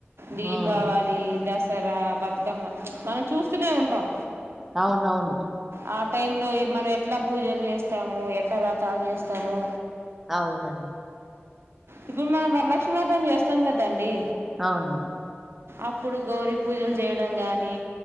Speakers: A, on the right; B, in the centre.
A: దీపావళి
B: ఉమ్
A: దస సర బతుకమ్మ మనం చూస్తూనే ఉంటాం
B: అవునవును
A: ఆ టైమ్ లో మనం ఎట్లా పూజలు చేస్త వస్తాము ఎట్లా వ్రతాలు చేస్తాము
B: అవునండి
A: ఇప్పుడు మనం వరలక్ష్మీ వ్రతం చేస్తాం కదండీ
B: అవును
A: అప్పుడు గౌరీ పూజలు చేయడం గానీ